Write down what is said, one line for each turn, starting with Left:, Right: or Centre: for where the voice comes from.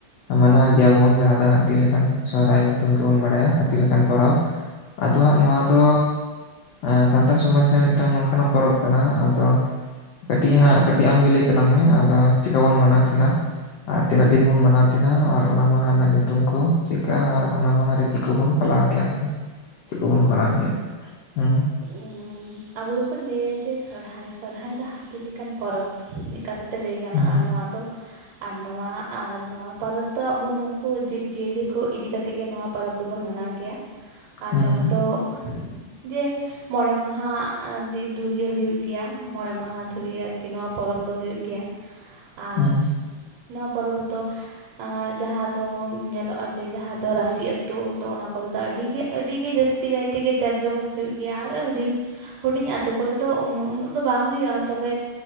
Left: ᱢᱟᱱᱟᱣ ᱜᱮᱭᱟᱵᱚᱱ ᱡᱟᱦᱟᱸ ᱫᱚ ᱦᱟᱹᱛᱤ ᱞᱮᱠᱟᱱ ᱥᱚᱦᱨᱟᱭ ᱧᱩᱛᱩᱢ ᱛᱮᱵᱚᱱ ᱵᱟᱲᱟᱭᱟ ᱦᱟᱛᱤ ᱞᱮᱠᱟᱱ ᱯᱚᱨᱚᱵᱽ, ᱟᱫᱚ ᱦᱟᱸᱜ ᱱᱚᱣᱟ
Right: ᱦᱮᱸ
Left: ᱫᱚ ᱮᱸ ᱥᱟᱱᱛᱟᱲ ᱥᱚᱢᱟᱡᱽ ᱨᱮ ᱢᱤᱜᱴᱟᱝ ᱱᱚᱝᱠᱟᱱᱟᱜ ᱯᱚᱨᱚᱵᱽ ᱠᱟᱱᱟ ᱟᱫᱚ ᱠᱟᱹᱴᱤᱡ ᱦᱟᱸᱜ ᱠᱟᱹᱴᱤᱡ ᱟᱢᱜᱮ ᱞᱟᱹᱭ ᱛᱟᱞᱟᱝ ᱢᱮ ᱟᱫᱚ ᱪᱤᱠᱟ ᱵᱚᱱ ᱢᱟᱱᱟ ᱛᱟᱦᱮᱱᱟ? ᱟᱨ ᱛᱤᱱᱟᱹᱜ ᱫᱤᱱ ᱵᱩᱱ ᱢᱟᱱᱟᱣ ᱛᱟᱦᱮᱸᱱᱟ ᱟᱨ ᱚᱱᱟ ᱢᱟᱦᱟ ᱨᱮᱱᱟᱜ ᱧᱩᱛᱩᱢ ᱠᱚ ᱪᱮᱜᱠᱟ ᱟᱨ ᱚᱱᱟ ᱢᱟᱦᱟ ᱨᱮ ᱪᱮᱜ ᱠᱩᱵᱚᱱ ᱯᱟᱞᱟᱣ ᱟᱨᱠᱤ, ᱪᱮᱜ ᱠᱩᱵᱚᱱ ᱠᱚᱨᱟᱣ ᱜᱮᱭᱟ, ᱦᱩᱸ
Right: ᱩᱸ ᱟᱵᱚ ᱫᱚᱵᱚᱱ ᱞᱟᱹᱭᱟ ᱡᱮ ᱥᱚᱨᱦᱟᱭ, ᱥᱚᱨᱦᱟᱭ ᱫᱚ ᱦᱟᱹᱛᱤ ᱞᱮᱠᱟᱱ ᱯᱚᱨᱚᱵᱽ ᱢᱤᱜ ᱠᱟᱛᱷᱟ ᱛᱮ ᱞᱟᱹᱭ ᱜᱟᱱᱚᱜ-ᱟ
Left: ᱦᱩᱸ
Right: ᱱᱚᱣᱟ ᱫᱚ ᱟᱨ ᱱᱚᱣᱟ ᱟᱨ ᱱᱚᱣᱟ ᱯᱚᱨᱚᱵᱽ ᱫᱚ ᱟᱵᱚ ᱱᱩᱝᱠᱩ ᱡᱤᱵᱽ ᱡᱤᱭᱟᱹᱞᱤ ᱠᱚ ᱤᱫᱤ ᱠᱟᱛᱮ ᱛᱮᱜᱮ ᱱᱚᱣᱟ ᱯᱟᱨᱚᱵᱽ ᱫᱚᱵᱚᱱ ᱢᱟᱱᱟᱣ ᱜᱮᱭᱟ ᱟᱨ
Left: ᱦᱩᱸ
Right: ᱱᱚᱣᱟ ᱫᱚ ᱡᱮ ᱢᱚᱲᱮ ᱢᱟᱦᱟ ᱫᱤᱱ ᱫᱷᱩᱨᱭᱟᱹ ᱦᱩᱭᱩᱜ ᱜᱮᱭᱟ ᱢᱚᱬᱮ ᱢᱟᱦᱟ ᱫᱷᱚᱨᱭᱮ ᱟᱨᱠᱤ ᱱᱚᱣᱟ ᱯᱚᱨᱚᱵᱽ ᱫᱚ ᱦᱩᱭᱩᱜ ᱜᱮᱭᱟ, ᱟᱨ
Left: ᱦᱩᱸ
Right: ᱱᱚᱣᱟ ᱯᱚᱨᱚᱵᱽ ᱫᱚ ᱟᱸ ᱡᱟᱦᱟᱸ ᱫᱚ ᱧᱮᱞᱚᱜᱼᱟ ᱡᱮ ᱡᱟᱦᱟᱸ ᱫᱚ ᱨᱟᱥᱤ ᱟᱛᱳ ᱛᱚ ᱚᱱᱟ ᱠᱚᱨᱮ ᱫᱚ ᱟᱹᱰᱤᱜᱮ ᱟᱹᱰᱤᱜᱮ ᱡᱟᱹᱥ ᱛᱤ ᱠᱟᱭ ᱛᱮᱜᱮ ᱡᱟᱠ ᱡᱚᱢᱚᱠ ᱦᱩᱭᱩᱜ ᱜᱮᱭᱟ ᱟᱨ ᱦᱩᱰᱤᱧ ᱦᱩᱰᱤᱧ ᱟᱛᱳ ᱠᱚᱨᱮ ᱫᱚ ᱩᱱᱟᱹ ᱩᱱᱟᱹᱜ ᱫᱚ ᱵᱟᱝ ᱦᱩᱭᱩᱜᱼᱟ ᱛᱚᱵᱮ